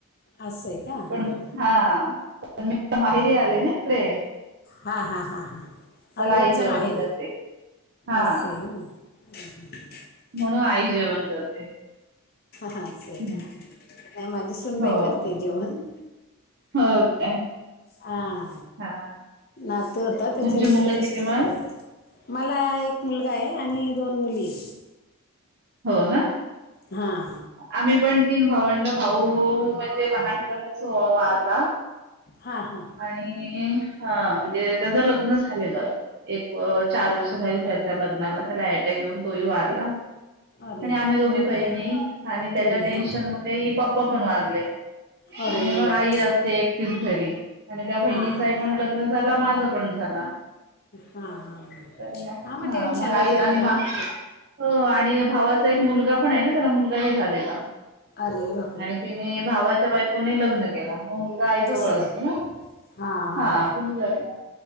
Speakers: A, on the left (about 45°); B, on the right (about 50°).
A: असं आहे का हा
B: पण
A: हा.
B: हां. तर माहेरी आले ना इकडे
A: हा हा हा हा
B: तर
A: अलिबागच
B: आई जेवण
A: माहेर
B: करते. हां.
A: अस हे का. <unintelligible>
B: म्हणून आई जेवण करते.
A: हा अस हे
B: हं.
A: का, नही माझी सुनबाई
B: हो.
A: करते जेवण.
B: हो काय?
A: आ!
B: हां.
A: नातू होता, त्याच्या
B: तुमची मुलं
A: त्याच्याशीच
B: किती मग?
A: खेडत होते. मला एक मुलगा आहे, आणि दोन मुली हे.
B: हो ना!
A: हा!
B: आम्ही पण तीन भावंड, भाऊ म्हणजे लहानपण च वारला.
A: हां हां
B: आणि हा म्हणजे त्याच लग्न झालेलं. एक अ
A: हां
B: चार वर्ष
A: का
B: झाली त्याच्या लग्नाला, त्याला अटॅक येऊन तोही वारला.
A: अरे
B: आणि आम्ही दोघी
A: हो
B: बहिणी
A: का
B: आणि त्याच्या
A: दोघी
B: टेन्शन
A: हां
B: मध्ये, पप्पा पण वारले
A: अरे
B: आणी मग आई
A: बापरे
B: अ ते एकटीच घरी, आणि त्या बहिणीचाही
A: हां हां
B: पण लग्न झाला माझ पण झाला.
A: हा हा
B: तर मग
A: आ म
B: हां
A: टेनशच
B: मग आई
A: येत
B: आणि मा
A: ना आप
B: हो आणि भावाचा एक मुलगा पण आहे ना, त्याला मुलगाही झालेला.
A: अरे वा
B: आणि तिने भावाच्या बायकोने लग्न केला, मग मुलगा आईजवळ
A: दुसरं
B: असतो ना.
A: हां हां
B: हा तीन लग्न केल